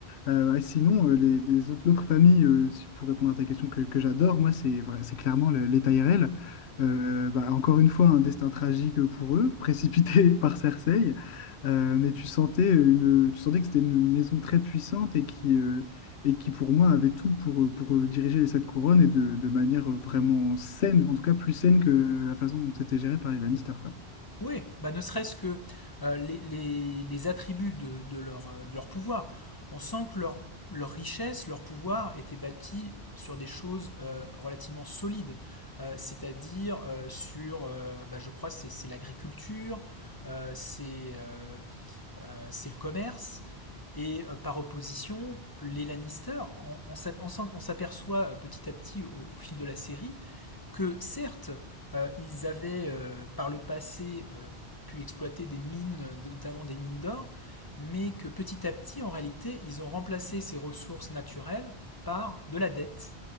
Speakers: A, on the left; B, on the left.
A: Euh, et sinon, euh, les, les autres, l'autre famille, euh, si- pour répondre à ta question que, que j'adore, moi, c'est vrai- c'est clairement le- les Tyrell. Euh, bah, encore une fois, un destin tragique pour eux, précipité <laughs> par Cersei. Euh, mais tu sentais, une, tu sentais que c'était une maison très puissante et qui, euh, et qui, pour moi, avait tout pour, pour euh, diriger les Sept Couronnes et de, de manière vraiment saine, en tout cas plus saine que la façon dont c'était géré par les Lannister, quoi.
B: Oui, bah ne serait-ce que euh, les, les- les attributs de, de leur, euh, de leur pouvoir. On sent que leur, leur richesse, leur pouvoir était bâti sur des choses euh, relativement solides, Euh, c'est-à-dire euh, sur, euh, bah, je crois, c'est c'est l'agriculture, euh, c'est euh, euh, c'est le commerce. Et euh, par opposition, les Lannister, on, on on s'aperçoit euh, petit à petit au, au fil de la série que certes, euh, ils avaient euh, par le passé euh, pu exploiter des mines, notamment des mines d'or, mais que petit à petit, en réalité, ils ont remplacé ces ressources naturelles par de la dette.